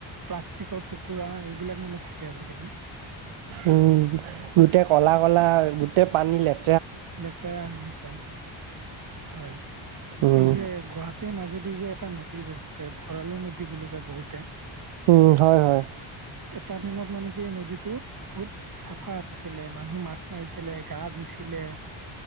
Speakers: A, on the right; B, on the right.
A: প্লাষ্টিকৰ টুকুৰা এইবিলাক মানে থাকে আজিকালি।
B: উম গোটেই কলা কলা, গোটেই পানী লেট
A: লেতেৰা হৈ গৈচে, হয়
B: উম
A: এই যে গুৱা তে মাজেদি যে এটা নদী গৈছে ভঁৰালু নদী বুলি কয় বহুতে।
B: উম হয় হয়।
A: এটা দিনত মানে কি এই নদীটো বহুত চাফা। আছিলে মানুহ মাছ মাৰিছিলে, গা ধুইছিলে